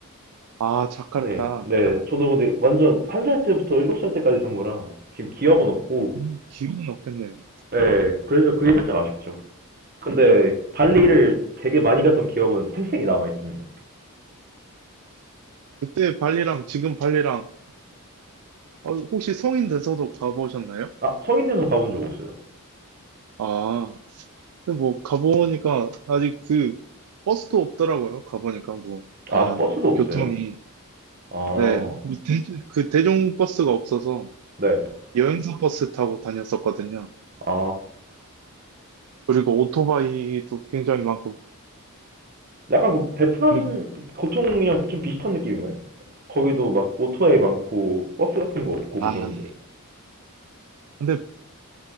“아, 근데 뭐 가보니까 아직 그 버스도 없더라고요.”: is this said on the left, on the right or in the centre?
Right